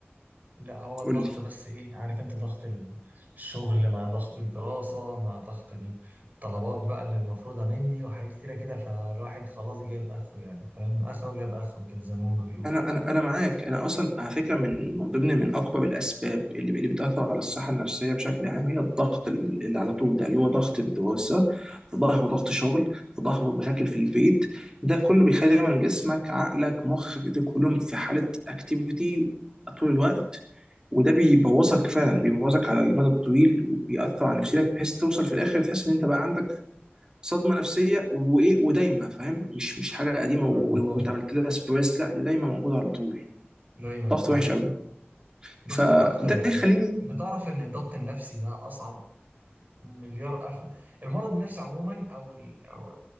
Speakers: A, on the right; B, on the right.
A: لا هو الضغط
B: قول لي
A: بس ايه عارف انت ضغط ال- الشغل مع ضغط الدراسة مع ضغط الطلبات بقى اللي المفروضة مني وحاجات كتيرة كده فالواحد خلاص جايب اخره يعني فاهم اخره جايب اخره كده زي ما هما بيقولوا
B: انا انا انا معاك انا اصلا على فكره من من ضمن من اكبر الاسباب اللي اللي بتاثر على الصحه النفسيه بشكل عام هي الضغط ال- اللي على طول ده اللي هو ضغط الدراسه في ظهره ضغط شغل في ظهره مشاكل في البيت ده كله بيخلي دايما جسمك عقلك مخك ده كلهم في حاله اكتيفيتي طول الوقت وده بيبوظك فعلا بيبوظك على المدى الطويل وبيأثر على نفسيتك بحيث توصل في الاخر تحس ان انت بقى عندك صدمه نفسيه وايه ودايمه فاهم مش مش حاجه قديمه و-
A: ايوه فعلا
B: وانت عملت لها سبريس لا دي دايما موجوده على طول
A: دايما
B: ضغط
A: فعلا
B: وحش قوي
A: ضغط
B: فده
A: الضغط
B: يخليني
A: انت تعرف ان الضغط النفسي ده اصعب مليار ألف المرض النفسي عموما أو ال- أو